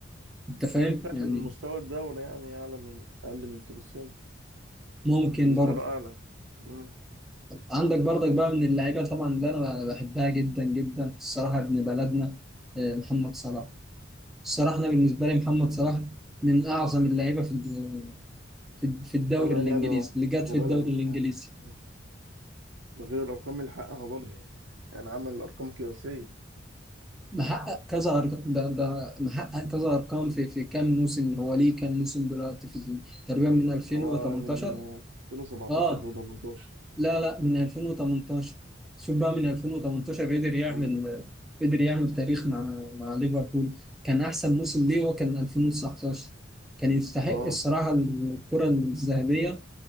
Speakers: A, in the centre; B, on the right.
A: أنت فاهم
B: ما ينفعش
A: يعني
B: إن مستوى الدوري يعني اعلى من اقل من كريستيانو
A: ممكن
B: كريستيانو
A: برضه
B: اعلى مم.
A: عندك برضك بقى من اللعيبة طبعا اللي أنا بحبها جدا جدا الصراحة ابن بلدنا آه، محمد صلاح الصراحة أنا بالنسبة لي محمد
B: مم.
A: صلاح من أعظم اللعيبة في في في الدوري
B: كمان
A: الإنجليزي
B: يعني هو
A: اللي جات
B: ابن
A: في الدوري
B: بلدك
A: الإنجليزي
B: يعني مم. ده غير الارقام اللي حققها برضه يعني عمل ارقام قياسيه
A: محقق كذا أرقام ده ده محقق
B: مم.
A: كذا أرقام في في كام موسم هو ليه كام موسم دلوقتي في تقريبا من 2018
B: هو من 2017
A: آه
B: 2018
A: لا لا من 2018 شوف بقى من 2018 قدر يعمل
B: مم.
A: قدر يعمل تاريخ مع مع ليفربول كان أحسن موسم ليه هو كان 2019 كان يستحق
B: اه
A: الصراحة الكرة الذهبية